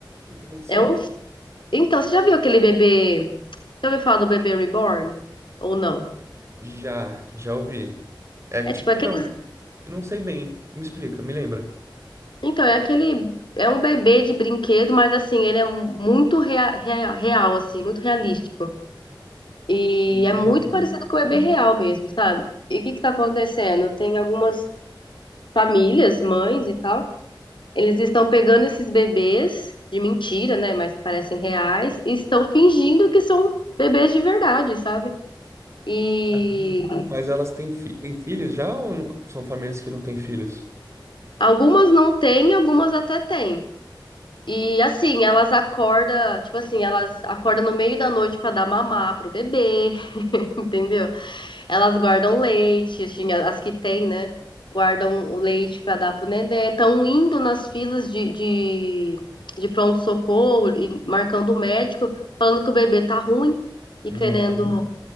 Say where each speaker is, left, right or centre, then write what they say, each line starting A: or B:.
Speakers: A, on the right; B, on the left.
A: que que aconteceu?
B: é um. Então, você já viu aquele bebê? Já ouviu falar do bebê reborn? Ou não?
A: Já, já ouvi. É tipo,
B: É tipo aqueles.
A: não, eu não sei bem. Me explica, me lembra.
B: Então, é aquele. É um bebê de brinquedo, mas assim, ele é mu- muito rea- rea- real, assim, muito realístico. E
A: Entendi.
B: é muito parecido com o bebê real mesmo, sabe? E o que que tá acontecendo? Tem algumas famílias, mães e tal, eles estão pegando esses bebês de mentira, né? Mas que parecem reais, e estão fingindo que são bebês de verdade, sabe? E
A: Caramba. Mas elas têm, fi têm filhos já ou não- são famílias que não têm filhos?
B: algumas não têm, algumas até têm. E assim, elas acordam, tipo assim, elas acordam no meio da noite pra dar mamar pro bebê, <laughs> entendeu? Elas guardam leite, assim, as que têm, né? Guardam o leite para dar pro nenê. Estão indo nas filas de, de, de pronto-socorro e marcando o médico, falando que o bebê tá ruim e
A: Nossa,
B: querendo,